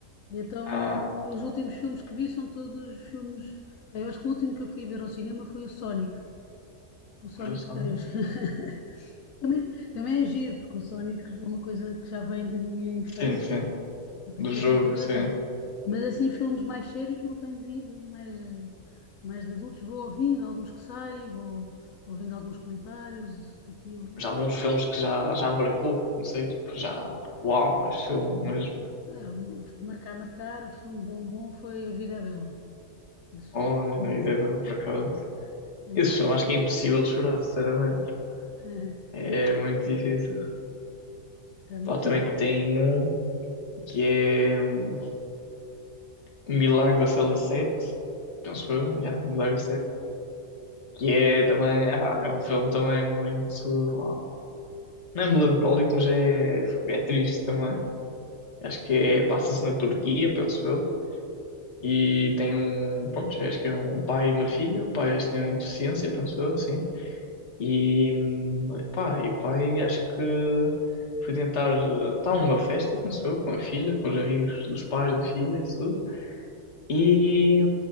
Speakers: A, on the left; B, on the left.
A: E então
B: Ah,
A: os últimos filmes que vi são todos filmes, eu acho que o último que eu fui ver ao cinema foi o Sonic, o Sonic
B: olha só,
A: 3.
B: né?
A: <laughs> Também, também é giro, porque o Sonic é uma coisa que já vem da minha infância
B: Sim, sim,
A: Por
B: do
A: isso
B: jogo,
A: é sempre engraçado.
B: sim.
A: Mas assim, filmes mais sérios não tenho visto, mais, mais de adultos, vou ouvindo alguns que saem, vou ouvindo alguns comentários isso daqui e ali.
B: Já alguns filmes que já, já marcou, não sei, tipo, já. Uau, este filme mesmo.
A: É, um- marcar, marcar, o filme bom, bom foi A Vida é Bela. Esse
B: Olha,
A: filme foi-
B: a vida agora por acaso.
A: é
B: Esse
A: muito
B: filme
A: bom.
B: acho que é impossível de chorar, sinceramente.
A: <laughs>
B: É muito difícil.
A: Está muito.
B: Pá, também tem um que é hum, Milagre da Cela 7, penso eu, já, Milagre Que é também, ah, é um filme também muito, ah, não é melancólico, mas é, é triste também. Acho que é, passa-se na Turquia, penso eu. E tem um, pronto, acho que é um pai e uma filha. O pai acho que tem deficiência, penso eu, sim. E, hum, pá, e o pai acho que foi tentar, eh, estava numa festa, penso eu, com a filha, com os amigos dos pais da filha e tudo. E